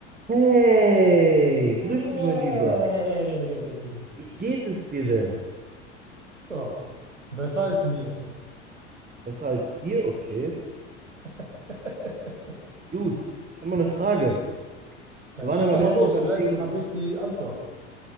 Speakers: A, on the right; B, on the right.
A: Hey,
B: Hey.
A: grüß dich, mein Lieber. Wie geht es dir denn?
B: So, besser als mir.
A: Besser als dir? Okay.
B: <laughs>
A: Gut. Ich habe mal eine Frage.
B: Dann
A: Wir waren
B: schieß
A: ja beim
B: doch mal
A: letzten
B: los,
A: Mal beim
B: vielleicht
A: Thema.
B: habe ich die Antwort.